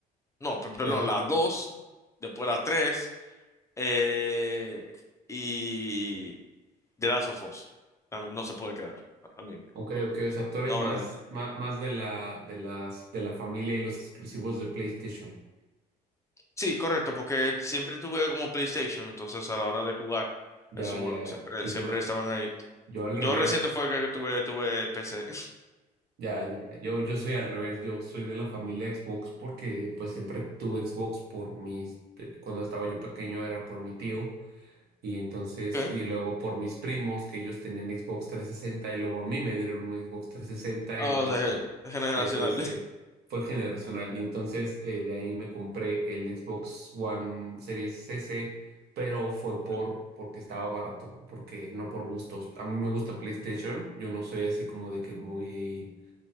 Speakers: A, on the left; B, on the right.
A: No, per- perdón,
B: Ok,
A: la dos después la tres eh, y The Last of Us. También no se puede quedar. I mean,
B: ok, ok. O sea, tú eres
A: no habrá
B: más,
A: de
B: más, más de la, de las, de la familia y los exclusivos de PlayStation.
A: Sí, correcto, porque siempre tuve como PlayStation, entonces a la hora de jugar
B: Ya,
A: esos
B: ya,
A: juegos
B: ya.
A: siempre,
B: Y
A: siempre
B: yo,
A: estaban ahí.
B: yo al
A: Yo
B: revés.
A: reciente fue que tuve, tuve PC. <laughs>
B: Ya, ya, ya. Yo, yo soy al revés. Yo soy de la familia Xbox porque pues siempre tuve Xbox por mis... te- Cuando estaba yo pequeño era por mi tío y entonces...
A: Okay.
B: Y luego por mis primos que ellos tenían Xbox 360 y luego a mí me dieron un Xbox 360
A: Ah,
B: y luego...
A: o sea,
B: me-
A: gen- generacional.
B: Sí, sí, sí. Fue generacional y entonces eh, de ahí me compré el Xbox One Series S, pero fue por...
A: <laughs> ¿No?
B: porque estaba barato, porque no por gustos. A mí me gusta PlayStation. Yo no soy así como de que muy